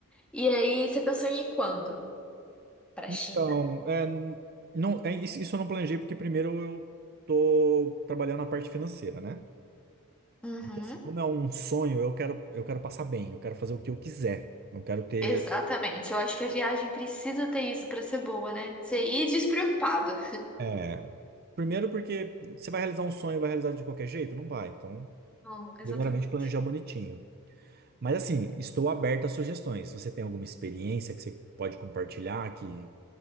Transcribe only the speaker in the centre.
E aí você pensou em ir quando? Para
China.
Uhum.
Exatamente, eu acho que a viagem precisa ter isso para ser boa, né? Você ir despreocupado.
Não, exatamente.